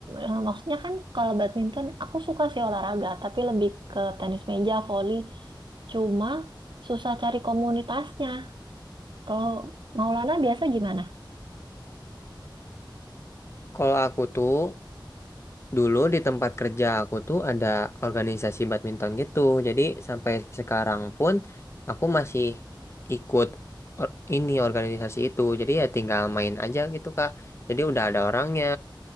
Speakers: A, on the right; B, on the left.
A: eh, maksudnya kan kalau badminton, aku suka sih olahraga, tapi lebih ke tenis meja, voli. Cuma susah cari komunitasnya. Kalau Maulana biasa gimana?
B: Kalau aku tuh Dulu di tempat kerja aku tuh ada organisasi badminton gitu. Jadi sampai sekarang pun aku masih ikut or- ini organisasi itu. Jadi ya tinggal main aja gitu, Kak. Jadi udah ada orangnya,